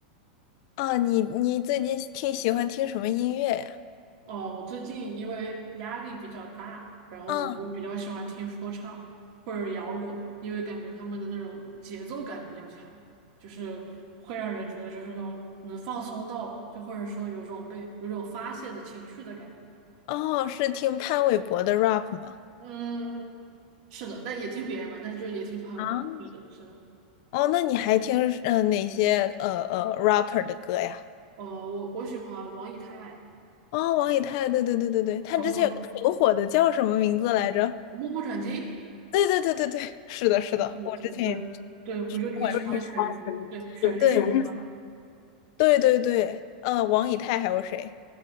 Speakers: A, on the left; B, on the right.
A: 啊，你你最近听喜欢听什么音乐呀？
B: 哦，我最近因为压力比较大，然后我就比较喜欢听说唱或者摇滚，
A: 嗯，
B: 因为感觉他们的那种节奏感比较强，就是会让人觉得就是那种能放松到吧就或者说有种被有种发泄的情绪的感觉。
A: 哦，是听潘玮柏的 rap 吗？
B: 嗯，是的，但也听别人嘛，但是就也听朋友的。
A: 啊，
B: 对的，是的。
A: 哦，那你还听呃哪些呃呃 rapper 的歌呀？
B: 呃，我我喜欢王以太，
A: 哦，王以太，对对对对对，他之前有个很火的叫什么名字来着？
B: 然后目不转睛。
A: 对对对对对，是的，是的，
B: 嗯是的，
A: 我之前也
B: 是的，对对，我就挺喜欢旋对旋律说唱。
A: 不管是听什么，对对对对，呃，王以太还有谁？